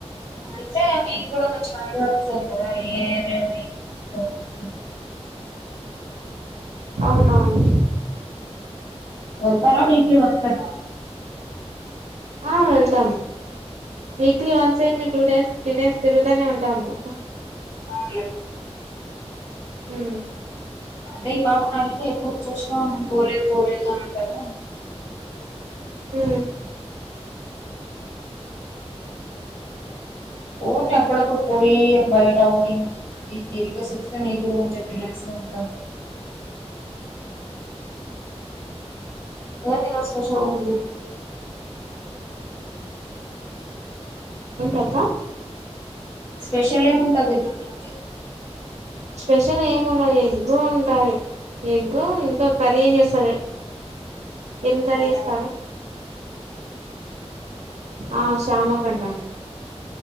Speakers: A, on the left (about 55°); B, on the right (about 80°).
A: అంటే మీక్కూడా కొంచెం బడు సోని కద ఏ రే నైట్ తో స్
B: అవునవును
A: వెళ్తారా వీక్లి వన్స్ అన్న
B: ఆ వెళ్తాము వీక్లీ వన్స్ ఏందీ టూ టైమ్స్ త్రీ టైమ్స్ తిరుగుతనే ఉంటాము
A: అవును
B: మ్
A: అదే భావన అంటే ఎప్పుడు చూసినా మేము పోలేదు పోలేదు అంటదా
B: మ్
A: పొండి అప్పుడప్పుడు పోయి బయట అవుటింగ్ అది తిరిగేసోస్తే మీక్ కూడ కొంచెం రిలాక్స్ గ ఉంటారు ఏమీ ఈ రోజు స్పెషల్
B: అవును
A: ఏంటి
B: ఏంటక్క
A: స్పెషల్ ఎం ఉంటది ఈ రోజు అంటి
B: స్పెషల్ ఏముండది ఎగ్గు ఉంటాది ఎగ్గు ఇంకా కర్రీ ఏం చేస్తాలే ఎం కరి
A: అబ్బా
B: చేస్తారు ఆ శ్యామ గడ్డ